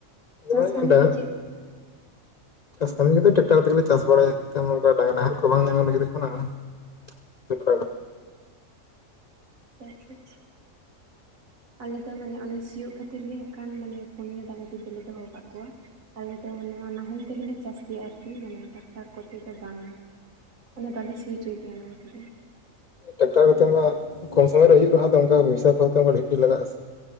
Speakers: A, on the right; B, on the left.
A: ᱪᱟᱥ
B: ᱢᱟᱱᱮ
A: ᱠᱟᱹᱢᱤ
B: ᱰᱟᱝ
A: ᱫᱚ ᱪᱮᱫ
B: ᱪᱟᱥ ᱠᱟᱹᱢᱤ ᱫᱚ ᱴᱨᱟᱠᱴᱟᱨ ᱛᱮᱜᱮᱞᱮ ᱪᱟᱥ ᱵᱟᱲᱟᱭᱟ ᱱᱤᱛᱚᱜ ᱢᱟ ᱰᱟᱝ ᱱᱟᱦᱮᱞ ᱠᱚ ᱵᱟᱝ ᱧᱟᱢᱚᱜ ᱞᱟᱹᱜᱤᱫ ᱠᱟᱱᱟ, <unintelligible>
A: ᱟᱪᱪᱷᱟ ᱟᱪᱪᱷᱟ। ᱟᱞᱮ ᱫᱚ ᱢᱟᱱᱮ ᱚᱱᱮ ᱥᱤᱭᱳᱜ ᱠᱷᱟᱹᱛᱤᱨ ᱜᱮ ᱦᱟᱸᱜ ᱠᱷᱟᱱ ᱯᱳᱱᱭᱟ ᱰᱟᱝᱜᱨᱤ ᱫᱚᱞᱮ ᱫᱚᱦᱚ ᱠᱟᱜ ᱠᱚᱣᱟ। ᱟᱞᱮ ᱫᱚ ᱱᱚᱣᱟ ᱱᱟᱦᱮᱞ ᱛᱮᱜᱮᱞᱮ ᱪᱟᱥ ᱜᱮᱭᱟ ᱟᱨᱠᱤ ᱢᱟᱱᱮ ᱴᱨᱟᱠᱴᱟᱨ ᱠᱚᱛᱮ ᱫᱚ ᱵᱟᱝᱟ। ᱢᱟᱱᱮ ᱵᱟᱞᱮ ᱥᱤ ᱦᱚᱪᱚᱭ ᱜᱮᱭᱟ ᱚᱱᱟ ᱠᱚᱛᱮ ᱫᱚ।
B: ᱴᱨᱟᱠᱴᱟᱨ ᱠᱚᱛᱮ ᱢᱟ ᱠᱚᱢ ᱥᱚᱢᱚᱭ ᱨᱮ ᱦᱳᱭᱩᱜ ᱨᱮᱦᱚᱸ ᱚᱱᱠᱟ ᱯᱚᱭᱥᱟ ᱠᱚᱦᱚ ᱛᱚ ᱟᱹᱰᱤ ᱰᱷᱮᱨᱜᱤ ᱞᱟᱜᱟᱜ ᱟᱥᱮ।